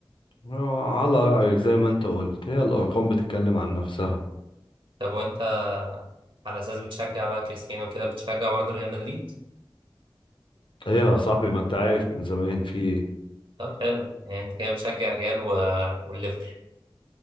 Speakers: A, on the left; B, on the right.
A: آه، على رأيك زي ما انت قلت هي الأرقام بتتكلم عن نفسها
B: طب وانت على اساس بتشجع بقى كريستيانو كده بتشجع برضه ريال مدريد
A: هي يا صاحبي ما انت عارف من زمان في ايه
B: طب حلو يعني انت كده بتشجع الريال و... والليفر